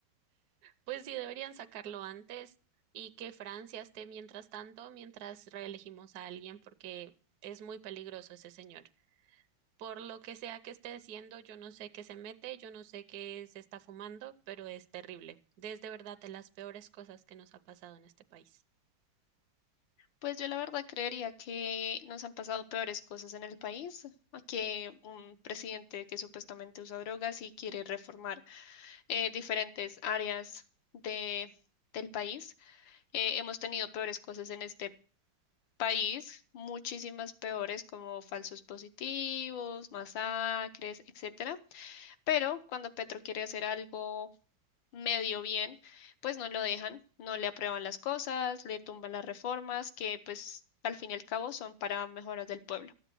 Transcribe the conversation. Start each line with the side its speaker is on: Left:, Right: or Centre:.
Right: Pues sí, deberían sacarlo antes y que Francia esté mientras tanto, mientras reelegimos a alguien, porque es muy peligroso ese señor. Por lo que sea que esté haciendo, yo no sé qué se mete, yo no sé qué se está fumando, pero es terrible. Es de verdad de las peores cosas que nos ha pasado en este país.
Left: Pues yo la verdad creería que nos han pasado peores cosas en el país a que un presidente que supuestamente usa drogas y quiere reformar eh, diferentes áreas de, del país Eh, hemos tenido peores cosas en este país, muchísimas peores como falsos positivos, masacres, etcétera. Pero cuando Petro quiere hacer algo medio bien, pues no lo dejan, no le aprueban las cosas, le tumban las reformas que pues al fin y al cabo son para mejoras del pueblo.